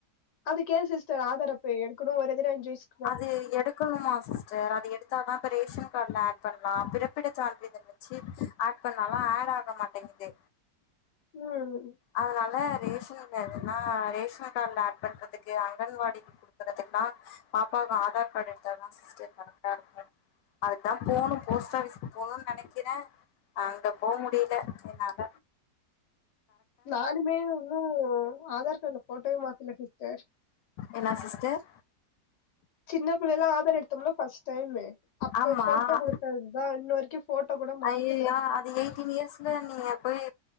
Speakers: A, on the left; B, on the left.
A: அதுக்கு ஏ சிஸ்டர் ஆதார் அப்ப எடுக்குனு ஒரு தடவ அஞ்சு வயிஸ்
B: அது எடுக்கணுமா சிஸ்டர் அது எடு த்தாதா இப்ப ரேஷன் காடுல ஏட் பண்லா பிறப்பிட சான்றிதழ் வெச்சு ஏட் பண்ணாலா ஏடு ஆக மாட்டேங்குது
A: ம்
B: அதனால ரேஷன்னுதுலதா ரேஷன் காடுல ஏட் பண்றதுக்கு அங்கன்வாடி குடுக்கறதுக்கெல்லா பாப்பாவ ஆதார் காடு எடுத்தாதா சிஸ்டர் கரெக்டா இருக்கு அதுக்குதாம் போனும் போஸ்ட் ஆஃபிஸ்க்கு போனுன் நெனைக்கிற அங்க போ முடில என்னால
A: நானுமே இன்னு ஆதார் காடுல போட்டோவே மாத்துல சிஸ்டர்
B: என்ன சிஸ்டர்
A: சின்ன புள்ளைல்லா ஆதார் எடுத்தோம்ல ஃபர்ஸ்ட் டைமு அப்போ
B: ஆமாம்
A: போட்டோ குடுத்ததுதா இன்ன வரைக்கு போட்டோ கூட மாத்தல
B: ஐயோ அது எய் டீன் இயர்ஸ்ல நீங்க போய்